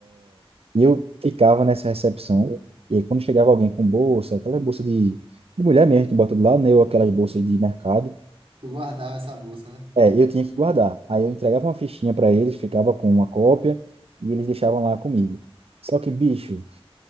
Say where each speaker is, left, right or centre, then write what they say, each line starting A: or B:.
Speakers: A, on the right (about 75°); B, on the right (about 55°).
A: E eu ficava nessa recepção, e aí quando chegava alguém com bolsa, aquela bolsa de, de mulher mesmo que bota do lado, né, ou aquelas bolsas de mercado,
B: Eu guardava essa bolsa, né?
A: é, eu tinha que guardar. Aí eu entregava uma fichinha para eles, ficava com uma cópia, e eles deixavam lá comigo. Só que, bicho,